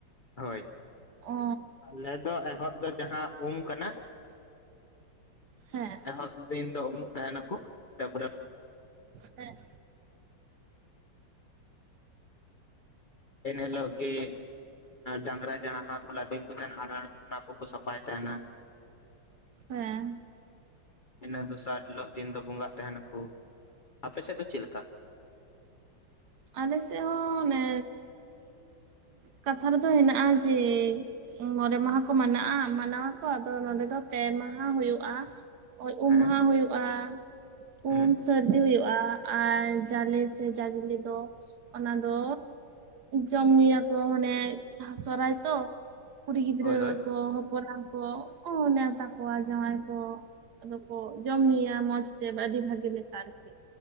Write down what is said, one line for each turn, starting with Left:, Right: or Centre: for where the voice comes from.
Left: ᱦᱳᱭ
Right: ᱚ
Left: ᱟᱞᱮ ᱫᱚ ᱮᱦᱚᱵ ᱫᱚ ᱡᱟᱦᱟᱸ ᱩᱢ ᱠᱟᱱᱟ,
Right: ᱦᱮᱸ᱾
Left: ᱮᱦᱚᱵ ᱫᱤᱱ ᱫᱚ ᱩᱢᱚᱜ ᱛᱟᱦᱮᱱᱟ ᱠᱩ, ᱛᱟᱯᱚᱨᱮ
Right: ᱦᱮᱸ᱾
Left: ᱮᱱ ᱦᱮᱞᱚᱜ ᱜᱤ ᱰᱟᱺᱝᱨᱟ ᱡᱟᱦᱟᱸ ᱠᱚ ᱞᱟᱫᱮ ᱠᱚ ᱛᱟᱦᱮᱱᱟ ᱦᱟᱲ ᱚᱱᱟ ᱠᱚᱠᱚ ᱥᱟᱯᱷᱟᱭ ᱛᱟᱦᱮᱱᱟ᱾
Right: ᱦᱮᱸ᱾
Left: ᱤᱱᱟᱹ ᱫᱚᱥᱟᱨ ᱦᱤᱞᱳᱜ ᱫᱤᱱ ᱫᱚ ᱵᱚᱸᱜᱟᱜ ᱛᱟᱦᱮᱱᱟᱠᱚ, ᱟᱯᱮ ᱥᱮᱫ ᱫᱚ ᱪᱮᱫ ᱞᱮᱠᱟ?
Right: ᱟᱞᱮ ᱥᱮᱫ ᱦᱚᱸ ᱚᱱᱮ ᱠᱟᱛᱷᱟ ᱨᱮᱫᱚ ᱦᱮᱱᱟᱜᱼᱟ, ᱡᱮ ᱢᱚᱬᱮ ᱢᱟᱦᱟ ᱠᱚ ᱢᱟᱱᱟᱜᱼᱟ ᱢᱟᱱᱟᱣᱟᱠᱚ ᱟᱫᱚ ᱱᱚᱰᱮ ᱫᱚ ᱯᱮ ᱢᱟᱦᱟ ᱦᱩᱭᱩᱜᱼᱟ᱾ ᱩᱢ
Left: ᱦᱮᱸ
Right: ᱢᱟᱦᱟ ᱦᱩᱭᱩᱜ ᱟ,
Left: ᱦᱩᱸ
Right: ᱩᱢ ᱥᱟᱨᱫᱤ ᱦᱳᱭᱜᱼᱟ ᱟᱨ ᱡᱟᱞᱮ ᱥᱮ ᱡᱟᱡᱞᱮ ᱛᱚ ᱚᱱᱟ ᱫᱚ ᱡᱚᱢ ᱧᱩᱭᱟᱠᱚ ᱦᱟᱱᱮ ᱥᱚᱨᱦᱟᱭ ᱛᱚ, ᱠᱩᱲᱤ ᱜᱤᱫᱽᱨᱟᱹ
Left: ᱦᱳᱭ ᱦᱳᱭ
Right: ᱠᱚ ᱦᱚᱯᱚᱱ ᱮᱨᱟ ᱠᱚ ᱱᱮᱣᱛᱟ ᱠᱚᱣᱟ ᱡᱟᱶᱟᱭ ᱠᱚ᱾ ᱟᱫᱚ ᱠᱚ ᱡᱚᱢ ᱧᱩᱭᱟ ᱢᱚᱸᱡᱽᱛᱮ ᱟᱹᱰᱤ ᱵᱷᱟᱜᱮ ᱞᱮᱠᱟ ᱟᱨᱠᱤ᱾